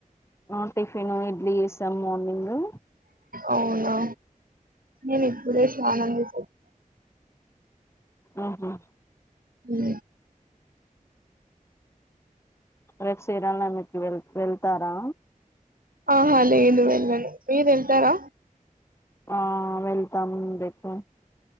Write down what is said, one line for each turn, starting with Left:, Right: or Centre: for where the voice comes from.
Left: ఆ టిఫినూ, ఇడ్లీ చేసాం మార్నింగూ.
Right: అవునా నేను ఇప్పుడే స్నానం చేసా.
Left: ఆహా
Right: ఊ
Left: రేపు శ్రీ రామనవమి వెళ్ వెళ్తారా
Right: ఆహా లేదు వెళ్ళను. మీరు వెళ్తారా
Left: ఆ వెళ్ తామ్ రేపు